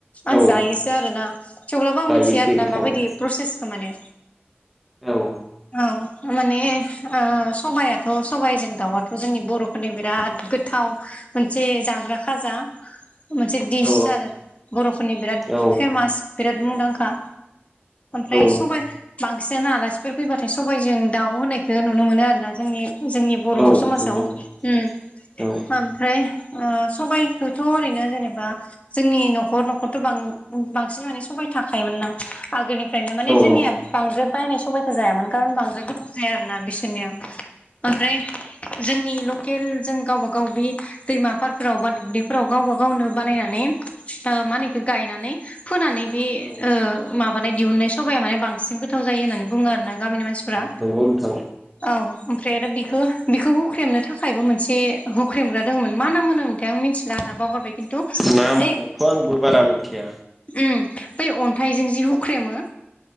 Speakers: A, in the centre; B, on the left.
A: औ
B: आं जायोसो आरोना थेवब्लाबो आं
A: जायोसो
B: मिथियो आरोना
A: नोंथाङा
B: माबायदि प्रसेसखौ माने
A: औ
B: औ माने ओ सबायाइाथ' सबाइजों दाउयाथ' जोंनि बर'फोरनि बिराद गोथाव मोनसे जाग्रा खाजा मोनसे दिस
A: औ
B: आरो बर'फोरनि बिराद
A: औ
B: फेमास बिराद मुंदांखा ओमफ्राय
A: नंगौ
B: सबाइ बांसिनानो आलासिफोर फैबाथाय सबाइजों दाउ होनायखौ नुनो मोनो आरो ना जोंनि जोंनि बर'
A: औ
B: समाजाव
A: औ औ
B: उम
A: औ
B: ओमफ्राय ओ सबाइखौथ' ओरैनो जेनेबा जोंनि न'खर न'खरथ' बांसिन माने साबाइ थाखायोमोन नो आगोलनिफ्रायनो
A: औ
B: माने जोंनिया बांद्राय बायनाय सबायखौ जायामोन खारन बांद्राय गोथाव जाया आरोना बिसोरनिया ओमफ्राय जोंनि ल। लकेल जों गावबा गाव बे दैमा फारफोराव बा दुब्लिफोराव गावबा गावनो बानायनानै। ओ माहोनो इखो गायनानै। फोनानै बे
A: औ
B: ओ माबानाय दिहुननाय सबाया माने बांसिन गोथाव जायो होननानै बुङो आर ना। गामिनि मानसिफ्रा
A: नंगौ नोंथां
B: औ। ओमफ्राय आरो बेखो बेखौ हुख्रेमनो थाखायबो मोनसे हुख्रेमग्रा दोङमोन मा नाम होनो मोन्थाय आं मिन्थिला आर ना बावगार। खिन्थु
A: नामखौथ'
B: ओइ
A: आंबो बारा मिथिया
B: उम। बै अन्थाइजों जि हुख्रेमो।